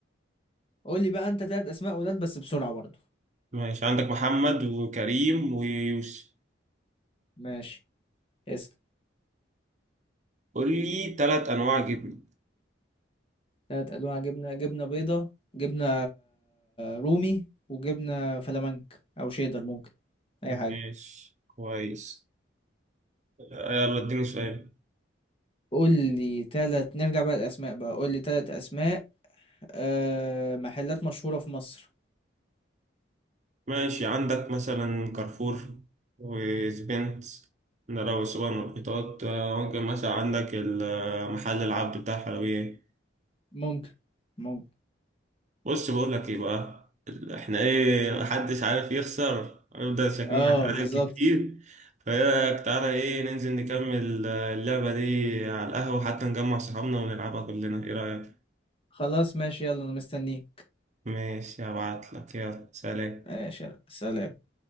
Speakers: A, on the left (about 30°); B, on the right (about 40°).
A: قول لي بقى انت ثلاث اسماء ولاد بس بسرعة برضو
B: ماشي عندك محمد وكريم ويوسف
A: ماشي اسأل
B: قول لي ثلاث انواع جبنه
A: ثلاث انواع جبنة جبنة بيضة جبنة رومي وجبنة فلامنك او شيدر ممكن اي
B: ماشي
A: حاجة
B: كويس يلا اديني سؤال
A: قول لي ثلاث نرجع بقى الاسماء بقى قول لي ثلاث اسماء آه محلات مشهورة في مصر
B: ماشي عندك مثلا كارفور وسبنت ده لو سوبر ماركتات آه، ممكن مثلا عندك ال- آه، محل العبد بتاع الحلويات
A: ممكن ممكن
B: بص بقول لك ايه بقى ال- احنا ايه محدش عارف يخسر هنفضل شكلنا
A: اه
B: نتعلم
A: بالظبط
B: كتير فايه رايك تعالى ايه ننزل نكمل آه، اللعبة دي على القهوة حتى نجمع صحابنا ونلعبها كلنا ايه رايك
A: خلاص ماشي يلا انا مستنيك
B: ماشي هبعت لك يلا سلام
A: ماشي يلا. سلام